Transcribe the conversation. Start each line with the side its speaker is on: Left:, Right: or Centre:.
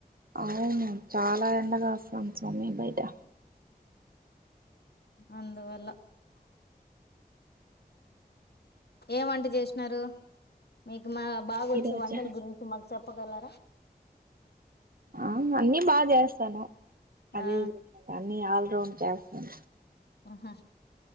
Right: అవునా చాలా ఎండగా వస్ రాం స్వామి బయటా
Left: అందువల్లా ఏం వంట చేసినారు మీకు మా బాగా వచ్చే
Right: ఈ రోజు
Left: వంటల గురించి మాకు చెప్ ప్పగలార
Right: ఆ అవును అన్ని బా చేస్తాను అదే
Left: ఆ
Right: ఇదే అని కాదు అన్ని అల్రౌండ్ <unintelligible>
Left: హ్మ్ హు